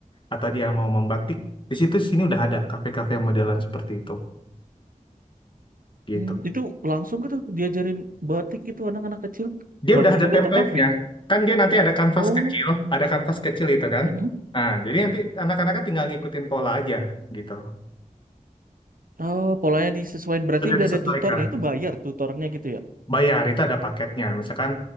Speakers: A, on the left; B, on the right.
A: atau dia mau membatik di situ sini udah ada kafe-kafe yang modelan seperti itu gitu
B: Hmm, itu langsung gitu diajarin batik gitu anak-anak kecil.
A: dia
B: Bagus
A: udah ada
B: juga
A: template-nya
B: tuh kafe.
A: kan dia nanti ada kanvas
B: Oh,
A: kecil ada kanvas kecil itu kan
B: mm-mm.
A: nah jadi nanti anak-anaknya tinggal ngikutin pola aja gitu
B: Oh, polanya disesuaikan berarti
A: sudah
B: udah
A: disesuaikan
B: ada tutornya itu bayar tutornya gitu ya.
A: bayar itu ada paketnya misalkan